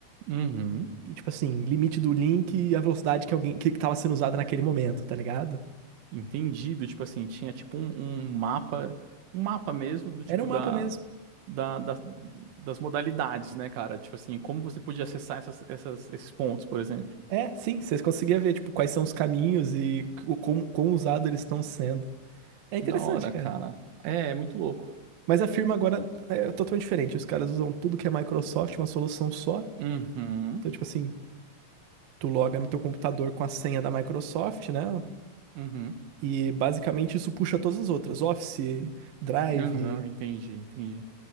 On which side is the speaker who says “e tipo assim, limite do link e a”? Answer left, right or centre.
Right